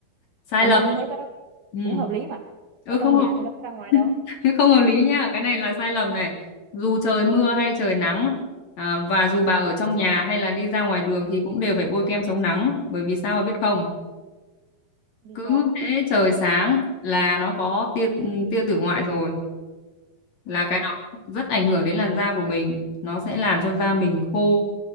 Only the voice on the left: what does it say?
Sai
lầm.
Ừ.
Ừ
không
hợp
<laughs>
không hợp lý nha, cái này là sai lầm này. Dù trời mưa hay trời nắng à, và dù bà ở trong nhà hay là đi ra ngoài đường thì cũng đều phải bôi kem chống nắng, bởi vì sao bà biết không?
cứ
thế trời sáng là nó có tia ừ, tia tử ngoại rồi là
cái đó rất ảnh hưởng đến làn da của mình nó sẽ làm cho da mình khô